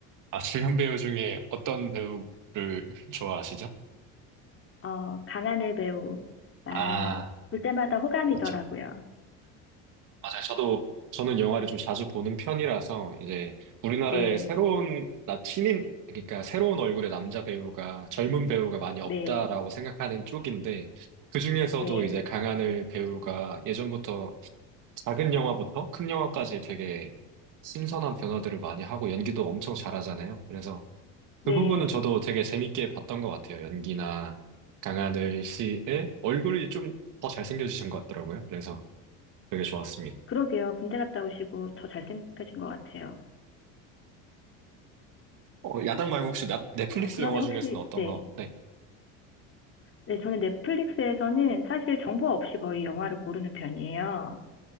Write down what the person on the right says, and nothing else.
아, 주연 배우 중에 어떤 배우를 좋아하시죠?
아,
그렇죠. 맞아요. 저도, 저는 영화를 좀 자주 보는 편이라서, 이제, 우리나라에
새로운, 나- 신인, 그러니까 새로운 얼굴의 남자 배우가, 젊은 배우가 많이 없다라고
생각하는 쪽인데, 그중에서도
이제 강하늘 배우가 예전부터 작은 영화부터 큰 영화까지 되게 신선한 변화들을 많이 하고 연기도 엄청 잘하잖아요. 그래서
그 부분은 저도 되게 재밌게 봤던 것 같아요. 연기나 강하늘 씨의 얼굴이 좀 더 잘생겨지신 것 같더라고요. 그래서 되게 좋았습니다.
어, 야당 말고 혹시 나- 넷플릭스
영화 중에서는
어떤
거? 네.